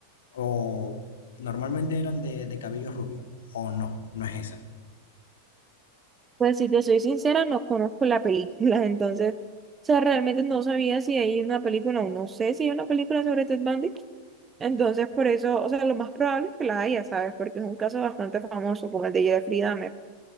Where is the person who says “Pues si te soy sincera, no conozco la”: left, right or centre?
Right